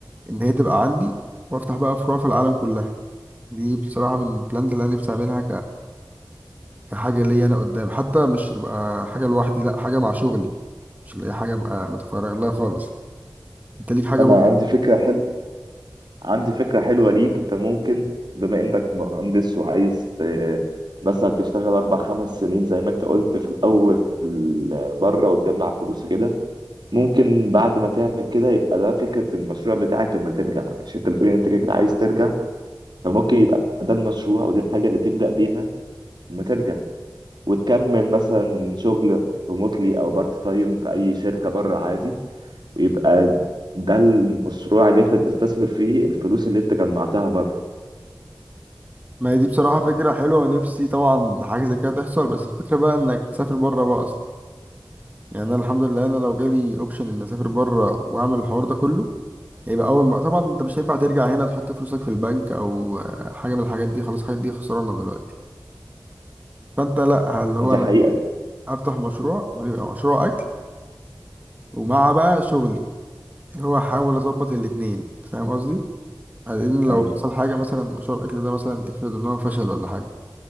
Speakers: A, on the right (about 20°); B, on the right (about 70°).
A: ان هي تبقى عندي وافتح بقى فروع في العالم كلها دي بصراحه من البلانز اللي انا نفسي اعملها كحاجة ليا أنا قدام حتى مش تبقى حاجة لوحدي لأ حاجة مع شغلي مش اللي هي حاجة أبقى متفرغ لها خالص أنت ليك حاجة
B: انا
A: برضه
B: عندي فكره حلوه عندي فكرة حلوة ليك انت ممكن بما انك مهندس وعايز ت- مثلا تشتغل اربع خمس سنين زي ما انت قلت في الاول بره وتجمع فلوس كده ممكن بعد ما تعمل كده يبقى ده فكرة المشروع بتاعك لما ترجع عشان انت بتقول ان انت كده كده عايز ترجع فممكن يبقى ده المشروع ودي الحاجة اللي تبدأ بيها لما ترجع وتكمل مثلا شغل ريموتلي او بارت تايم في اي شركة بره عادي ويبقى ده المشروع اللي انت بتستثمر فيه الفلوس اللي انت جمعتها بره
A: ما هي دي بصراحة فكرة حلوة نفسي طبعا حاجة زي كده تحصل بس الفكرة بقى إنك تسافر بره بقى أصلا يعني أنا الحمد لله أنا لو جالي أوبشن إني أسافر بره وأعمل الحوار ده كله هيبقى أول ما طبعا أنت مش هينفع ترجع هنا تحط فلوسك في البنك أو آه، حاجة من الحاجات دي خلاص الحاجات دي خسرانة دلوقتي فأنت لأ اللي هو
B: دي
A: أنا
B: حقيقة
A: أفتح مشروع ويبقى مشروع أكل ومع بقى شغلي اللي هو احاول اظبط الاتنين فاهم قصدي لان لو
B: أيوة
A: حصل حاجه مثلا مشروع الاكل ده مثلا افرض ان هو فشل ولا حاجه